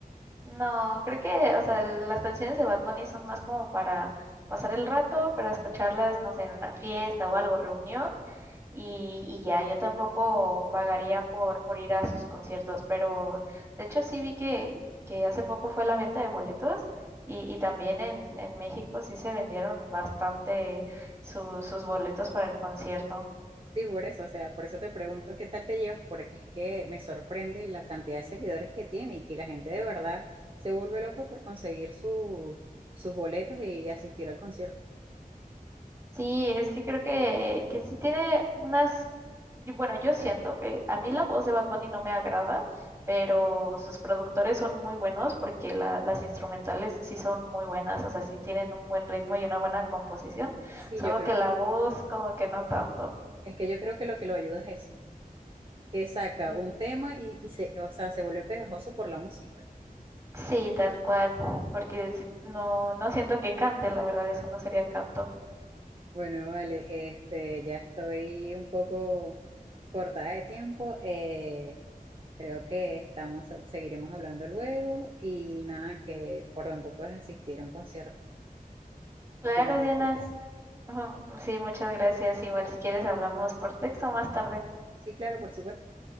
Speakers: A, on the right (about 20°); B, on the right (about 35°).
A: no, creo que, o sea, las canciones de Bad Bunny son más como para pasar el rato, para escucharlas, no sé, en una fiesta o algo, reunión, y, y ya, yo tampoco pagaría por, por ir a sus conciertos, pero de hecho sí vi que, que hace poco fue la venta de boletos. Y, y también en, en México sí se vendieron bastante su- sus boletos para el concierto.
B: Sí, por eso, o sea, por eso te pregunto qué tal te llevas, porque es que me sorprende la cantidad de seguidores que tiene y que la gente de verdad se vuelve loca por conseguir su, sus boletos y asistir al concierto.
A: Sí, es que creo que, que sí tiene unas, y bueno, yo siento que a mí la voz de Bad Bunny no me agrada, pero sus productores son muy buenos porque la- las instrumentales sí son muy buenas, o sea, sí tienen un buen ritmo y una buena composición,
B: Sí,
A: solo
B: yo creo,
A: que la voz como que no tanto.
B: es que yo creo que lo que lo ayuda es eso, que saca
A: Sí.
B: un tema y, y se, o sea, se vuelve pegajoso por la música.
A: Sí, tal cual, porque sí- no, no siento que cante, la verdad, eso no sería canto.
B: Bueno, vale, este, ya estoy un poco cortada de tiempo. eh, creo que estamos, seguiremos hablando luego y nada, que por pronto puedas asistir a un concierto
A: Claro,
B: y que los disfrutes.
A: Diana. Ujú, Sí, muchas gracias. Igual si quieres hablamos por texto más tarde.
B: Sí, claro, por supuesto.